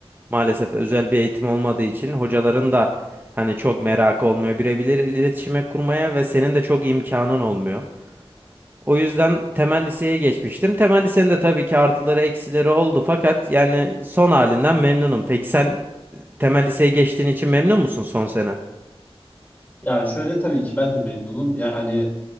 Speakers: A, on the right (about 20°); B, on the left (about 15°).
A: Maalesef özel bir eğitim olmadığı için hocaların da hani çok merakı olmuyor birebir iletişime kurmaya ve senin de çok imkanın olmuyor. O yüzden temel liseye geçmiştim. Temel lisenin de tabii ki artıları eksileri oldu fakat yani son halinden memnunum. Peki sen temel liseye geçtiğin için memnun musun son sene?
B: Yani şöyle tabii ki ben de memnunum. Yani